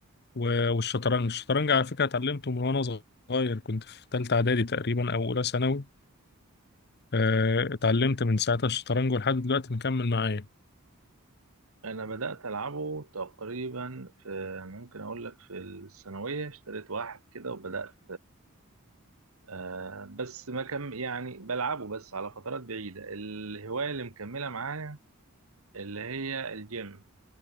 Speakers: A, on the left (about 50°); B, on the right (about 75°).
A: و- والشطرنج الشطرنج على فكرة اتعلمته من وأنا صغير كنت في تالتة إعدادي تقريبا أو أولى ثانوي آه، اتعلمت من ساعتها الشطرنج ولحد دلوقتي مكمل معايا
B: انا بدات العبه تقريبا في ممكن اقول لك في الثانويه اشتريت واحد كده وبدات آه بس ما كان يعني بلعبه بس على فترات بعيده الهوايه اللي مكمله معايا اللي هي الجيم